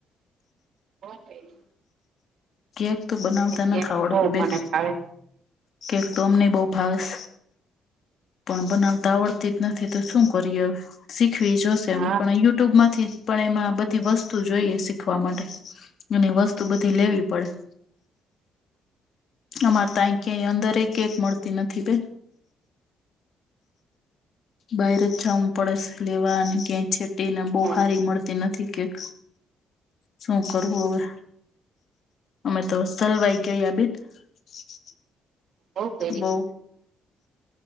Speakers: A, on the right; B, on the left.
A: હ બેન.
B: કેક તો બનાવતા
A: કેક
B: નથ આવડતી
A: બહુ
B: બેન.
A: મને ભાવે
B: કેક તો અમને બહુ ભાવે સ. પણ બનાવતા આવડતી જ નથી તો શું કરીએ શીખવી જોશે
A: હા.
B: પણ યુટ્યુબમાંથી પણ એમાં બધી વસ્તુ જોઈએ શીખવા માટે અને વસ્તુ બધી લેવી પડે. અમારે તઈ ક્યા અંદર કેક મળતી નથી બેન. બહાર જ જાઉં પડશે લેવા અને ક્યાંય. છેટીને બહુ
A: હા
B: હારી મળતી નથી કેક. શું કરવું હવે અમે તો સલવાઈ ગયા બેન. <unintelligible>
A: બવ કયરી.
B: બઉ